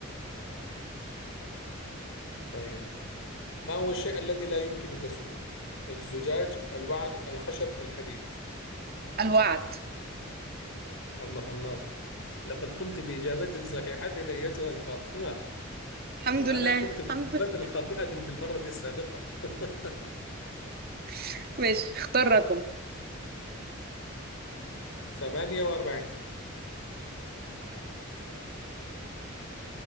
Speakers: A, on the left (about 65°); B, on the right (about 45°).
A: طيب ما هو الشيء الذي لا يمكن كسره؟ الزجاج الوعد الخشب الحديد
B: الوعد
A: الله الله لقد قمت بإجابة صحيحة أيتها الفاطمة
B: الحمد
A: وأنا
B: لله
A: قمت بإجابة
B: الحمد لله
A: خاطئة في المرة السابقة <laughs>
B: <laughs> ماشي اختار رقم
A: 48